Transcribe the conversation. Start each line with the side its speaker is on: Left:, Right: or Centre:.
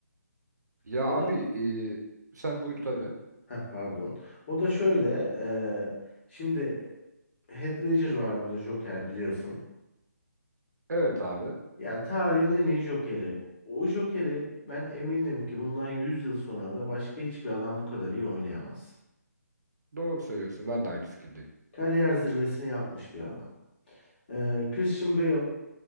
Right: Ya
Left: O
Right: abi
Left: da
Right: e, sen buyur tabii.
Left: heh, pardon. O da şöyle e, şimdi Heath Ledger var burada Joker biliyorsun.
Right: Evet abi.
Left: Yani tarihin en iyi Joker'i. O Joker'i ben eminim ki bundan 100 yıl sonra da başka hiçbir adam bu kadar iyi oynayamaz.
Right: Doğru söylüyorsun. Ben de aynı fikirdeyim.
Left: Kariyer zirvesini yapmış bir adam. Ee, Christian Bale